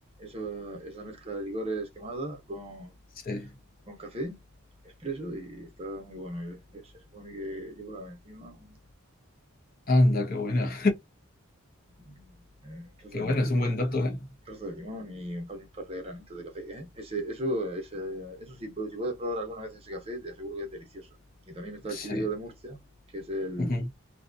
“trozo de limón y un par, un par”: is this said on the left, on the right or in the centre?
Right